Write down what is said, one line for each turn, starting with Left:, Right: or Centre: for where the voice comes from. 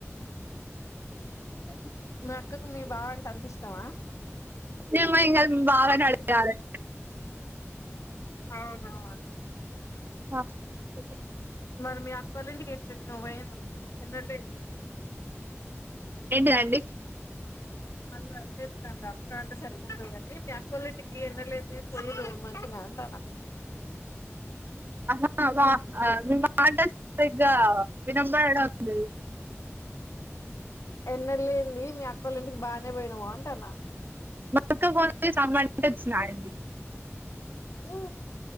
Left: అ మీ అక్కకు మీ బావ అంటే అందిస్తావా
Right: మేము ఇంకా బావని అడగాలి
Left: అవునాా
Right: <inaudible>
Left: మరి మీ అక్కళ్ళ ఇంటికి ఎట్ట్ నువ పోయినా ఎన్నళ్లుయింది
Right: ఏంటిదండి
Left: మన అర్జేది కంద అంటే సరిగాని మీ అక్కోళ ఇంటికి ఎనలేదు తీమ్మ అంటున్నాను రాళ్ళ
Right: ఆహా మీ మాటే సరిగ్గా వినబడాడం లేదు
Left: ఎన్నల్ లేంది మీ అక్క వాళ్ళ ఇంటికి బాగానే పోయినావు అంటన్న
Right: మా అక్కా కొడుక్కి సంబందాలూ వచ్చినాయి అండి
Left: ఉ